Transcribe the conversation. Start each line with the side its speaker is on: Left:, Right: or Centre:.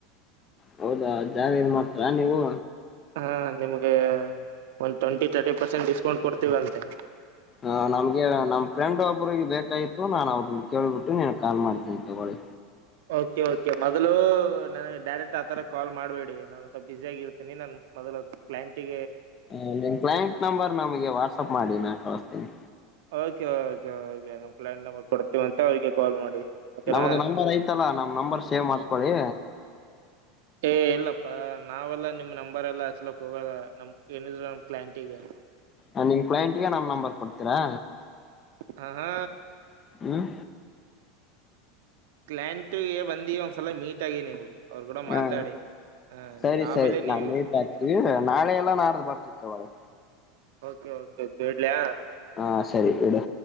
Left: ಹೌದಾ ಜಾಗ ಇದ್ ಮಾಡ್ತಿರ ನೀವು.
Right: ಹಾ ನಿಮ್ಗೆ ಒಂದು ಟ್ವೆಂಟಿ ತರ್ಟಿ ಪರ್ಸೆಂಟ್ ಡಿಸ್ಕೌಂಟ್ ಕೊಡ್ತೀವ್ ಅಂತೆ.
Left: ಹ ನಮ್ಗೆ ನಮ್ ಫ್ರೆಂಡ್ ಒಬ್ರಿಗೆ ಬೇಕಾಯಿತು ನಾನ್ ಅವ್ರನ್ನ ಕೇಳ್ಬಿಟ್ಟು ನೀ ಕಾಲ್ ಮಾಡ್ತೀನಿ ತಗೊಳ್ಳಿ.
Right: ಓಕೆ ಓಕೆ ಮೊದಲು ನನಗೆ ಡೈರೆಕ್ಟ್ ಆತರ ಕಾಲ್ ಮಾಡ್ಬೇಡಿ ನಾನು ಸ್ವಲ್ಪ ಬಿಸಿ ಆಗ್ ಇರ್ತೀನಿ ನನ್ ಮೊದಲು ಪ್ಲಾಂಟಿಂಗ್.
Left: ಹ ನಿನ್ ಕ್ಲಯಂಟ್ ನಂಬರ್ ನಮ್ಗೆ ವಾಟ್ಸಪ್ ಮಾಡಿ ನಾನ್ ಕಳಸ್ತಿನಿ.
Right: ಓಕೆ ಓಕೆ ಓಕೆ ನಮ್ ಪ್ಲಯಾನ್ ನಂಬರ್ ಕೊಡ್ತೀವ ಅಂತೆ ಅವ್ರಿಗೆ ಕಾಲ್ ಮಾಡಿ. ಓಕೆನಾ
Left: ನಮ್ದು ನಂಬರ್ ಐತಲ್ಲಾ ನಮ್ ನಂಬರ್ ಸೇವ್ ಮಾಡ್ಕೊಳಿ.
Right: ಏ ಇಲ್ಲಪ್ಪಾ ನಾವೆಲ್ಲಾ ನಿಮ್ ನಂಬರ್ ಎಲ್ಲಾ ಹಚ್ಲಕ್ ಹೋಗಲ್ಲ ನಮ್ ಏನಿದ್ರ ನಮ್ ಕ್ಲಾಂಟಿಗೆ.
Left: ಅ ನಿಮ್ ಕ್ಲಯಂಟ್ಗ ನಮ್ ನಂಬರ್ ಕೊಡ್ತೀರಾ.
Right: ಹ ಹಾ
Left: ಹ್ಮ್
Right: ಕ್ಲಾಂಟ್ಗೆ ಬಂದಿ ಒಂದ್ಸಲ ಮೀಟ್ ಆಗಿ ನೀವು. ಅವ್ರ ಕೂಡ
Left: ಹಾ
Right: ಮಾತಾಡಿ ಹ
Left: ಸರಿ
Right: ನೀ ಆಮೇಲೆ
Left: ಸರಿ ನಾ
Right: ನೀವು
Left: ಮೀಟ್ ಆಗ್ತಿವಿ
Right: ಓಕೆ
Left: ನಾಳೆ ಎಲ್ಲ ನಡ್ದು ಬರ್ತಿವ್ ತಗೋಳಿ.
Right: ಓಕೆ ಓಕೆ ಓಕೆ ಇಡ್ಲಯ.
Left: ಹಾ ಸರಿ ಇಡು.